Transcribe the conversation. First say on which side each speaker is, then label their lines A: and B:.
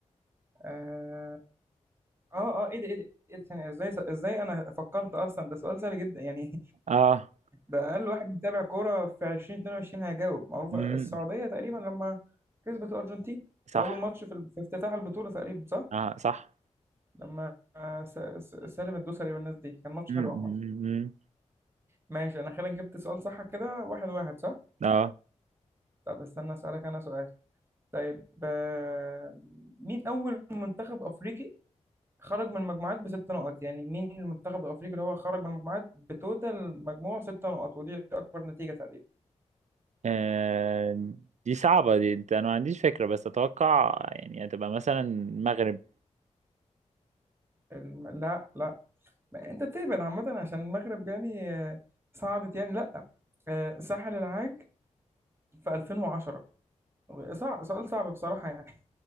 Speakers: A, on the right (about 20°); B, on the right (about 70°).
A: آه آه آه إيه ده إيه ده إيه ده ثانية إزاي إزاي أنا فكرت أصلا ده سؤال سهل جدا يعني
B: اه
A: ده اقل واحد متابع كوره في 2022 هيجاوب معروفه
B: امم
A: السعوديه تقريبا لما كسبت الارجنتين
B: صح
A: في اول ماتش في, ال- في افتتاح البطوله تقريبا صح
B: اه صح
A: لما آه، س- س- سالم الدوسري والناس دي كان ماتش
B: امم
A: حلو عامه
B: أمم، أمم.
A: ماشي انا خيرا جبت سؤال صح كده واحد واحد صح
B: اه
A: طب استنى اسالك انا سؤال طيب آه، مين اول منتخب افريقي خرج من المجموعات بست نقط يعني مين المنتخب الافريقي اللي هو خرج من المجموعات بتوتال مجموع ست نقط ودي اكبر نتيجه تقريبا
B: آه، دي صعبة دي انت انا ما عنديش فكرة بس اتوقع يعني هتبقى مثلا المغرب
A: الم... لا لا ما انت بتهبد عامة عشان المغرب يعني آه، صعدت يعني لا آه، ساحل العاج في 2010 صعب سؤال صعب بصراحة يعني